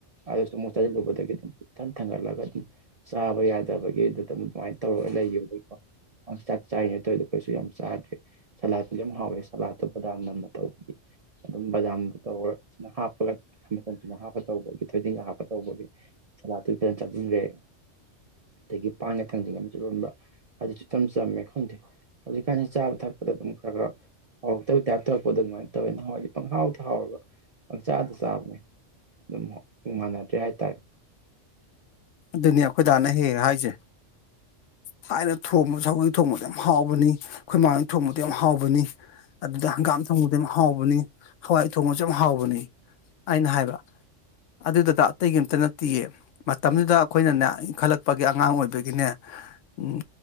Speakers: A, on the right; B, on the left.
A: ꯑꯗꯨ ꯁꯨꯃꯨꯛ ꯆꯥꯖꯤꯜꯂꯨꯕꯗꯒꯤ ꯑꯗꯨꯝ ꯄꯨꯛ ꯏꯊꯟ ꯊꯟꯒꯠꯂꯒ ꯆꯥꯕ ꯌꯥꯗꯕꯒꯤꯗꯨ ꯑꯗꯨ ꯑꯗꯨꯃꯥꯏꯅ ꯇꯧꯔꯒ ꯂꯩꯒꯤꯕꯒꯤꯀꯣ ꯆꯥꯛ ꯆꯥꯏꯔꯤꯅꯦ ꯇꯧꯔꯤꯗꯣ ꯇꯧꯢꯗꯣ ꯀꯩꯁꯨ ꯌꯥꯝ ꯆꯥꯗ꯭ꯔꯦ ꯁꯂꯥꯠꯄꯨꯗꯤ ꯌꯥꯝ ꯍꯥꯎꯋꯦ ꯁꯥꯂꯥꯠꯇꯣ ꯕꯗꯥꯝ ꯅꯝꯅ ꯇꯧꯕꯒꯤ ꯑꯗꯨꯝ ꯕꯗꯥꯝꯗꯣ ꯇꯧꯔꯒ ꯍꯥꯞꯄꯒ ꯃꯆꯜ ꯁꯨꯅ ꯍꯥꯞꯄ ꯇꯧꯕꯒꯤ ꯊꯣꯏꯗꯤꯡꯒ ꯍꯥꯞꯄ ꯇꯧꯕꯒꯤ ꯁꯂꯥꯠꯇꯨ ꯏꯇꯣꯟ ꯆꯥꯁꯤꯟꯒ꯭ꯔꯦ ꯑꯗꯒꯤ ꯄꯥꯟꯒ ꯊꯥꯡꯖꯤꯡꯒ ꯑꯃꯖꯤ ꯂꯣꯟꯕ ꯑꯗꯨ ꯏꯆꯝ ꯆꯝꯃꯦ ꯈꯪꯗꯦ ꯍꯧꯖꯤꯛꯀꯥꯟꯁꯤ ꯆꯥꯕ ꯊꯛꯄꯗ ꯑꯗꯨꯝ ꯈꯔ ꯈꯔ ꯍꯥꯎꯔꯛꯇꯕꯩ ꯇꯥꯏꯞ ꯇꯔꯛꯄꯗꯣ ꯑꯗꯨꯃꯥꯏꯅ ꯇꯧꯋꯦ ꯅꯍꯥꯟꯋꯥꯏꯗꯤ ꯄꯪꯍꯥꯎꯗ ꯍꯥꯎꯔꯒ ꯄꯪꯆꯥꯗ ꯆꯥꯕꯅꯦ ꯑꯗꯨꯝ ꯃꯥꯟꯅꯗ꯭ꯔꯦ ꯍꯥꯏꯇꯥꯔꯦ
B: ꯑꯗꯨꯅꯤ ꯑꯩꯈꯣꯏ ꯗꯥ ꯅ ꯍꯦꯛ ꯍꯦꯛ ꯍꯥꯏꯁꯦ ꯊꯥꯏꯅ ꯊꯣꯡꯕ ꯁꯧꯒꯤ ꯊꯣꯡꯕꯗ ꯌꯥꯝ ꯍꯥꯎꯕꯅꯤ ꯑꯈꯣꯏꯃꯥꯍꯣꯏꯟ ꯊꯣꯡꯕꯗꯤ ꯌꯥꯝ ꯍꯥꯎꯕꯅꯤ꯫ ꯑꯗꯨꯗ ꯍꯪꯒꯥꯝ ꯊꯣꯡꯕꯗꯤ ꯌꯥꯝ ꯍꯥꯎꯕꯅꯤ ꯍꯋꯥꯏ ꯊꯣꯡꯕꯖꯨ ꯌꯥꯝ ꯍꯥꯎꯕꯅꯤ꯫ ꯑꯩꯅ ꯍꯥꯏꯕ ꯑꯗꯨ ꯗꯥꯗꯥ ꯑꯇꯩꯒꯤꯑꯝꯇ ꯅꯠꯇꯤꯌꯦ ꯃꯇꯝꯗꯨꯗ_ _ ꯈꯣꯏꯅꯅꯦ ꯏꯟꯈꯠꯂꯛꯄꯒꯤ ꯑꯉꯥꯡ ꯑꯣꯏꯕꯒꯤꯅꯦ ꯎꯝ